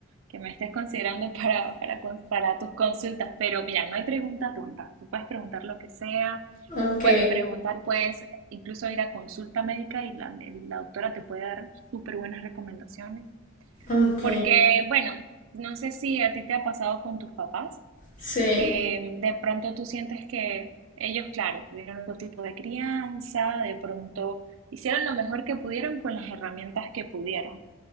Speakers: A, on the right; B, on the left.
A: que me estés considerando <laughs> para, para, con- para tus consultas. Pero mira, no hay pregunta tonta. Tú puedes preguntar lo que sea,
B: ok,
A: tú puedes preguntar, puedes incluso ir a consulta médica y la, la doctora te puede dar súper buenas recomendaciones.
B: ok,
A: Porque, bueno, no sé si a ti te ha pasado con tus papás
B: sí,
A: que de pronto tú sientes que ellos, claro, tuvieron otro tipo de crianza, de pronto hicieron lo mejor que pudieron con las herramientas que pudieron.